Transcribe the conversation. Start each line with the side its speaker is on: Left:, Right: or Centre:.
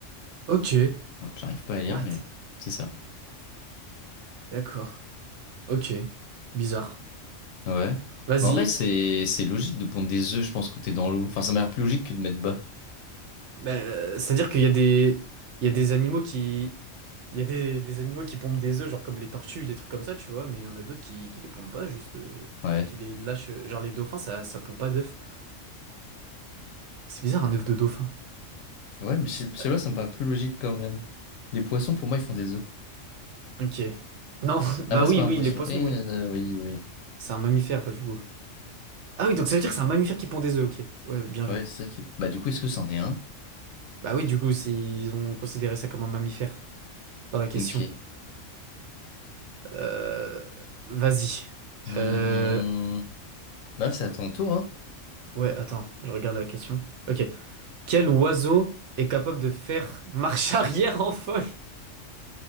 Right: Ok.
Left: Ouais, J'arrive pas à lire,
Right: What?
Left: mais c'est ça.
Right: D'accord. Ok. Bizarre.
Left: Ouais.
Right: Vas-y.
Left: Mais en vrai, c'est c'est logique de pondre des œufs, je pense, quand t'es dans l'eau. Enfin, ça m'a l'air plus logique que de mettre bas.
Right: Bah, euh, c'est-à-dire qu'il y a des, il y a des animaux qui, il y a des, des animaux qui pondent des œufs, genre comme les tortues, des trucs comme ça, tu vois, mais il y en a d'autres qui, qui les pondent pas, juste, euh,
Left: Ouais.
Right: qui les lâchent. Genre les dauphins, ça, ça pond pas d'œufs. C'est bizarre un œuf de dauphin.
Left: Ouais mais je sais je sais
Right: Euh,
Left: pas, ça me paraît plus logique quand même. Les poissons, pour moi, ils font des œufs.
Right: ok. Non, <laughs> bah
Left: Après,
Right: oui,
Left: c'est pas
Right: oui,
Left: un poisson.
Right: les poissons,
Left: Oui,
Right: oui.
Left: euh, euh, oui, oui. oui.
Right: C'est un mammifère, du coup. Ah oui, donc ça veut dire que c'est un mammifère qui pond des œufs, ok. Ouais, oui, bien vu.
Left: Ouais, c'est ça qui... est- Bah, du coup, est-ce que c'en est un?
Right: Bah oui, du coup, c'est- ils ont considéré ça comme un mammifère dans la question.
Left: Ok.
Right: Euh, vas-y.
Left: Hmm.
Right: Euh,
Left: Bah, c'est à ton tour, hein.
Right: ouais, attends, je regarde la question. Ok. Quel oiseau est capable de faire marche <laughs> arrière en folle?